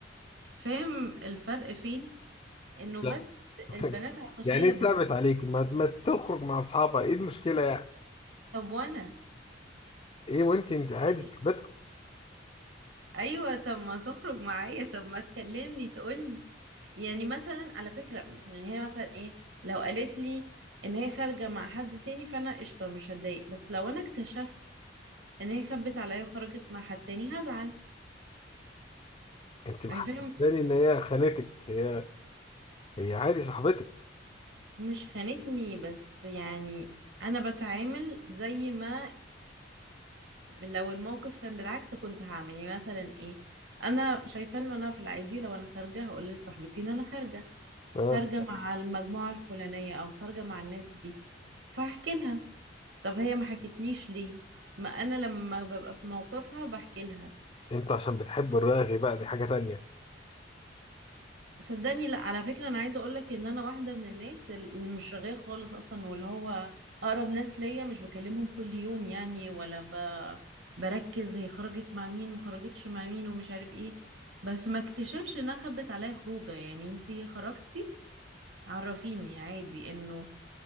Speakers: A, on the right; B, on the left.
A: فاهم الفرق فين انه
B: لا
A: بس
B: <laughs>
A: البنات عاطفية
B: يعني ايه ثابت
A: بالذات
B: عليك ما, ما تخرج مع اصحابها ايه المشكله يعني
A: طب وانا
B: ايه وانت انت عادي
A: يعني
B: صاحبتك
A: ايوه طب ما تخرج معايا طب ما تكلمني تقولي يعني مثلا على فكرة يعني هي مثلا ايه لو قالت لي ان هي خارجة مع حد تاني فانا قشطة مش هتضايق بس لو انا اكتشفت ان هي خبت عليا وخرجت مع حد تاني هزعل
B: انت محسساني
A: يعني فاهم
B: ان هي خانتك هي هي عادي صاحبتك
A: مش خانتني بس يعني انا بتعامل زي ما لو الموقف كان بالعكس كنت هعمل يعني مثلا ايه انا شايفه ان انا في العادي لو انا خارجه هقول لصاحبتي ان انا خارجه
B: اه
A: خارجه مع المجموعه الفلانيه او خارجه مع الناس دي فاحكي لها طب هي ما حكتليش ليه ما انا لما ببقى في موقفها بحكي لها
B: انت عشان بتحب الراغي بقى دي حاجه تانية
A: صدقني لا على فكرة أنا عايزة أقولك إن أنا واحدة من الناس اللي مش رغاية خالص أصلا واللي هو أقرب ناس ليا مش بكلمهم كل يوم يعني ولا ب... بركز هي خرجت مع مين وخرجتش مع مين ومش عارف إيه بس ما اكتشفش إنها خبت عليا خروجة يعني أنتي خرجتي عرفيني عادي إنه